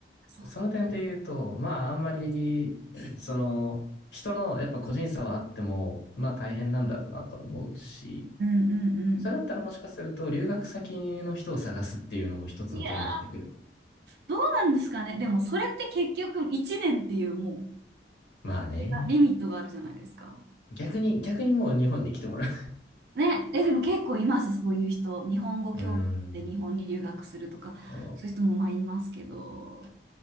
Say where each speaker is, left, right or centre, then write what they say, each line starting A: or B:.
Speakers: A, on the right; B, on the left.
A: そうです
B: その点で言うと、まああんまり、<clears throat> その、人のやっぱ個人差はあっても、まあ大変なんだろうなと思うし、
A: うんうんうんう
B: それだったらもしかすると留学先の人を探すっていうのも一つの手になってくる。
A: ん。いやー、どうなんですかね。でもそれって結局1年っていうもう、
B: まあね。
A: がリミットがあるじゃないですか。
B: 逆に、逆にもう日本に来てもら
A: ね、え、でも結構います、そういう人。日本語教で日本に留学するとか、
B: う。<laughs> うん。<laughs>
A: そういう人もまあいますけど。